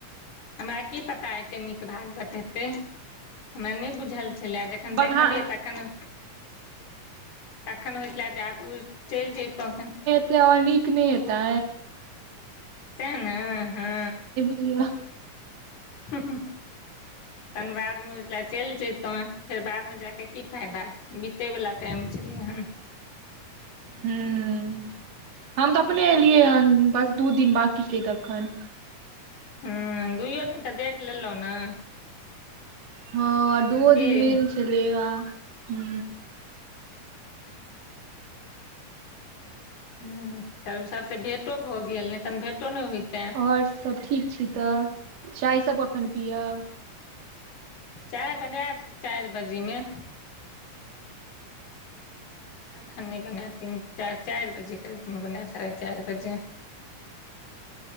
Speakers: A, on the left; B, on the right.
A: हमरा की पता एते नीक भागवत हेतै हमरा नहि बुझल छेला जे। जखन
B: बगहा
A: देखलियै तखन। तखन होइ छेला जे आबू चलि जैतहु।
B: अओर नीक नहि हेतै।
A: तें नऽ हँ।
B: <unintelligible>
A: हू हू। तहन बादमे होइ छला चलि जैतहुँ फेर बादमे जाके की फायदा बीतैवला टाइम छलै हन।
B: हूँ हम तऽ अपने एलियै हन बस दू दिन बाकी छेलै तखन।
A: हँ दुइो दिन तऽ देख लेलहु नऽ।
B: हँ दूओ
A: की
B: दिन मेन छलै या। हू
A: हूँ। तऽ ओय हिसाबे भेंटो भऽ गेल नहि तन भेटो नहि होयतऽ
B: आओर सब ठीक छी तऽ चाय सब कखन पियब।
A: चाय बनएब चारि बाजेमे। एखन नै बनायब तीन चारि चारि बजे करीब मे बनायब साढ़े चारि बजे।